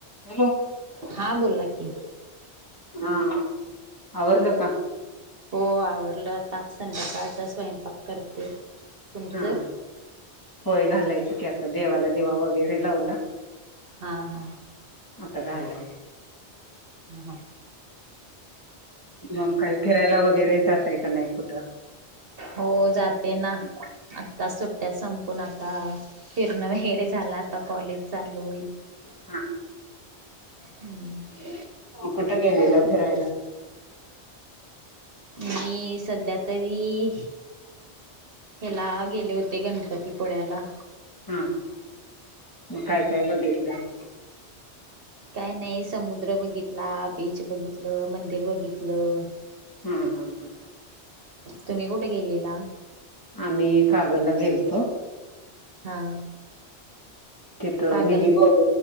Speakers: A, on the left; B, on the right.
A: Hello
B: हा बोला की
A: हा आवरलं का?
B: हो आवरलं आता, संध्याकाळचा स्वयंपाक करते. तुमचं
A: हा, हा, होय घालायचं की आता, देवाला दिवा वगैरे लावला.
B: हा, हा,
A: मठ का झाला.
B: हा
A: मग काय फिरायला वगैरे जातय का नाही कुठं?
B: हो, जाते ना. आत्ता सुट्ट्या संपून, आता फिरण वैगरे झाला, आता कॉलेज चालू होईल.
A: हम ह <unintelligible>
B: हम्म.
A: कुठं गेलेला फिरायला?
B: मी सध्या तरी हेला गेले होते, गणपतीपुळ्याला.
A: हा, ह.
B: हम्म.
A: मग काय काय बघितिलं?
B: काय नाही, समुद्र बघितला, बीच बघितलं, मंदिर बघितलं.
A: हम्म, हम्म, हम्म.
B: तुम्ही कुठं गेलेला?
A: आम्ही कागलला गेलतो.
B: हा.
A: तिथं
B: कागल
A: मिनी गोव,